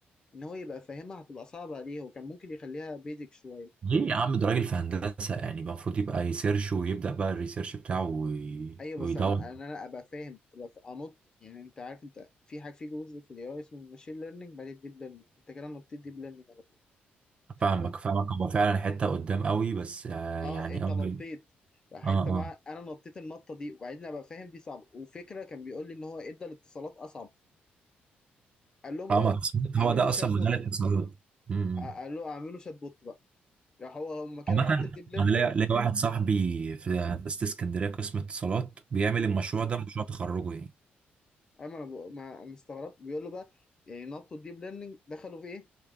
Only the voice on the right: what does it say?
ليه يا عم ده راجل في هندسة يعني يبقى المفروض يبقى يسيرش ويبدأ بقى الريسيرش بتاعه وي-
ويدور
فاهمك فاهمك هو فعلا حتة قدام قوي بس آه،
يعني
أول
اه
اه
فاهمك
هو ده
اصلا
مجال الاتصالات أمم.
عامة
انا ليا ليا واحد صاحبي في هندسة اسكندرية قسم اتصالات بيعمل المشروع ده مشروع تخرجه يعني